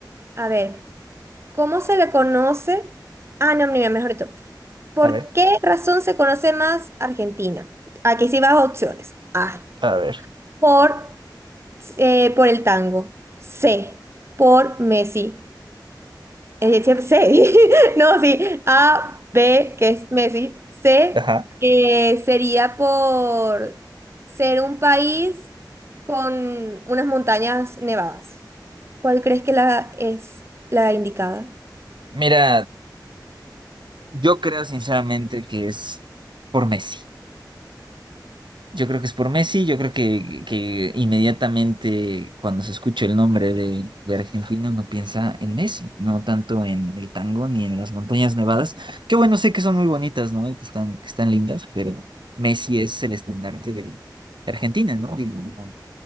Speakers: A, on the right; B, on the right.
A: A ver, ¿cómo se le conoce? Ah, no, mira, mejor dicho. ¿Por
B: A ver.
A: qué razón se conoce más Argentina? Aquí sí vas a opciones. A,
B: A ver.
A: por eh, por el tango. C, por Messi. Es decir, C. <laughs> No, sí. A, B, que es Messi. C,
B: Ajá.
A: eh, sería por ser un país con unas montañas nevadas. ¿Cuál crees que la es la indicada?
B: Mira, yo creo sinceramente que es por Messi. Yo creo que es por Messi. Yo creo que, que inmediatamente cuando se escucha el nombre de, de argentino no piensa en Messi, no tanto en el tango ni en las montañas nevadas. Que bueno, sé que son muy bonitas, ¿no? Y que están, que están lindas, pero Messi es el estandarte de, de Argentina, ¿no? Digo, no,